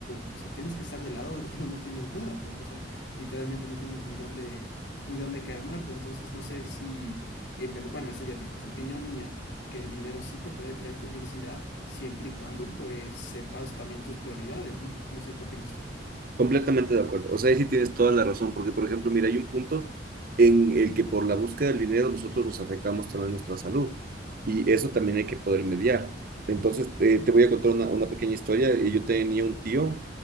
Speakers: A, on the left; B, on the right.
A: o sea, tienes que estar del lado de cuando no tienes nada, pues, o sea, literalmente no tienes ni dónde, ni dónde caer muerto. Entonces, no sé si, en verdad, bueno, eso ya te digo, es opinión mía, que el dinero sí te puede traer felicidad siempre y cuando, pues, sepas también tus prioridades, ¿no? No sé qué opinas tú.
B: Completamente de acuerdo. O sea, ahí sí tienes toda la razón, porque por ejemplo, mira, hay un punto en el que por la búsqueda del dinero nosotros nos afectamos también nuestra salud y eso también hay que poder mediar. Entonces, eh, te voy a contar una, una pequeña historia. Y Yo tenía un tío